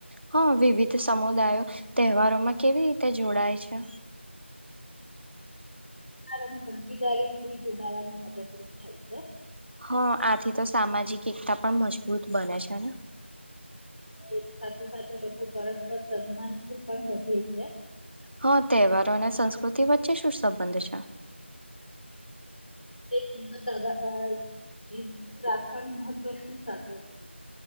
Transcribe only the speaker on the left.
અને ભાગીદારી થી જોડાવાવામાં મદદરૂપ થાય છે.
અને સાથે સાથે લોકો પરસ્પર સન્માન થી પણ વધે છે.
એ જી આ જીતુ રાખવા મહત્વ પણણ સાધન <inaudible>